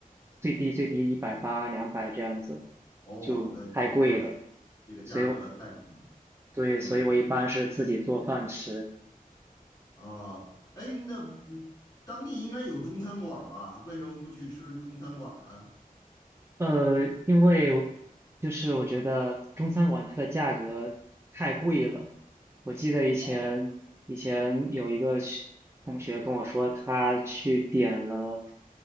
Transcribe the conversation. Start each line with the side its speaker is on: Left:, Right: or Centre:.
Right: 最低最低一百八两百这样子，
Left: 哦，
Right: 就太贵了。
Left: 那就是这个价格太贵了。
Right: 所以我对，
Left: 嗯
Right: 所以我一般是自己做饭吃。
Left: 啊，哎，那嗯当地应该有中餐馆儿吧？为什么不去吃中餐馆儿呢？
Right: 呃，因为我就是我觉得中餐馆它的价格太贵了。我记得以前以前有一个学同学跟我说，
Left: 哦，
Right: 他去点了